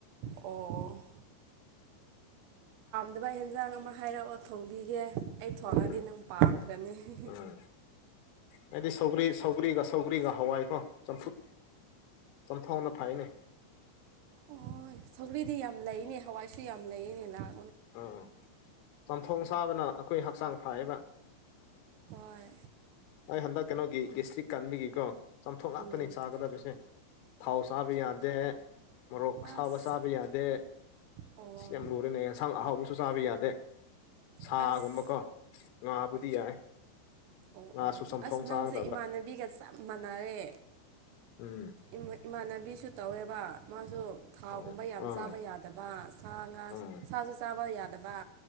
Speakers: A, on the right (about 80°); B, on the left (about 80°).
A: ꯑꯣ ꯑꯗꯨꯃꯥꯏ ꯌꯦꯟꯖꯥꯡ ꯑꯃ ꯍꯥꯏꯔꯛꯑꯣ ꯊꯣꯡꯕꯤꯒꯦ ꯑꯩ ꯊꯣꯡꯉꯗꯤ
B: ꯎꯝ
A: ꯅꯪ ꯄꯥꯝꯈ꯭ꯔꯅꯤ ꯍꯤ ꯍꯤ
B: ꯑꯥ ꯍꯥꯏꯗꯤ ꯁꯧꯒ꯭ꯔꯤ ꯁꯧꯒ꯭ꯔꯤꯒ ꯁꯧꯒ꯭ꯔꯤꯒ ꯍꯋꯥꯏꯀꯣ ꯆꯝꯐꯨꯠ ꯆꯝꯊꯣꯡꯅ ꯐꯩꯅꯦ
A: ꯑꯣꯏ ꯁꯧꯒ꯭ꯔꯤꯗꯤ ꯌꯥꯝ ꯂꯩꯅꯦ ꯍꯋꯥꯏꯁꯨ ꯌꯥꯝ ꯂꯩꯌꯦꯅꯦ ꯂꯥꯛ
B: ꯑꯥ ꯆꯝꯊꯣꯡ ꯁꯥꯕꯅ ꯑꯩꯈꯣꯏ ꯍꯛꯆꯥꯡ ꯐꯩꯌꯦꯕ
A: ꯍꯣꯏ
B: ꯑꯩ ꯍꯟꯗꯛ ꯀꯩꯅꯣꯒꯤ ꯒꯦꯁꯇ꯭ꯔꯤꯛ ꯀꯟꯕꯒꯤꯀꯣ ꯆꯝꯊꯣꯡ ꯉꯥꯛꯇꯅꯤ
A: ꯎꯝ
B: ꯆꯥꯒꯗꯕꯁꯦ ꯊꯥꯎ ꯆꯥꯕ ꯌꯥꯗꯦ ꯃꯣꯔꯣꯛ ꯑꯁꯥꯕ
A: ꯑꯁ
B: ꯆꯥꯕ ꯌꯥ ꯗꯦ
A: ꯑꯣ
B: ꯁꯤ ꯑꯦꯝ ꯂꯨꯔꯦꯅꯦ ꯌꯦꯟꯁꯥꯡ ꯑꯍꯥꯎꯕꯁꯨ ꯆꯥꯕ ꯌꯥꯗꯦ ꯁꯥꯒꯨꯝꯕ
A: ꯑꯁ
B: ꯀꯣ ꯉꯥꯕꯨꯗꯤ ꯌꯥꯏ
A: ꯑꯣ
B: ꯉꯥꯁꯨ
A: ꯑꯣ
B: ꯆꯝꯊꯣꯡ
A: ꯑꯁ ꯅꯪꯁꯦ
B: ꯆꯥꯒꯗꯕ
A: ꯏꯃꯥꯟꯅꯕꯤꯒ ꯆꯞ ꯃꯥꯟꯅꯔꯦ
B: ꯎꯝ
A: ꯏꯃꯥ ꯏꯃꯥꯟꯅꯕꯤꯁꯨ ꯇꯧꯋꯦꯕ ꯃꯥꯁꯨ ꯊꯥꯎꯒꯨꯝꯕ
B: ꯑꯥ
A: ꯌꯥꯝ
B: ꯑꯥ
A: ꯆꯥꯕ ꯌꯥꯗꯕ ꯁꯥ ꯉꯥ
B: ꯎꯝ
A: ꯁꯥꯁꯨ ꯆꯥꯕ ꯌꯥꯗꯕ